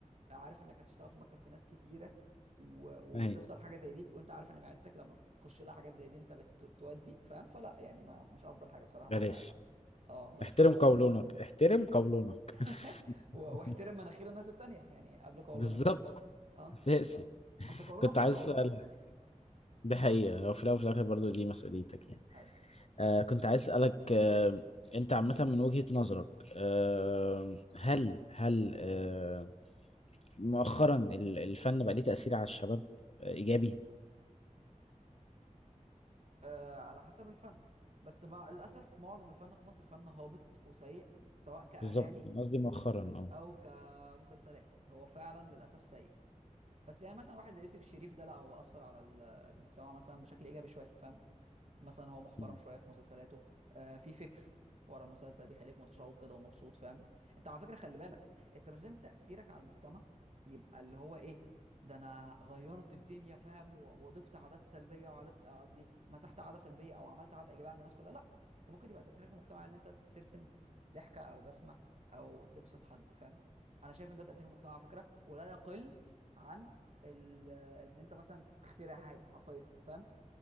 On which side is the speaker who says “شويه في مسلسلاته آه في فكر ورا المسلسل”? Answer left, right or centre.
Right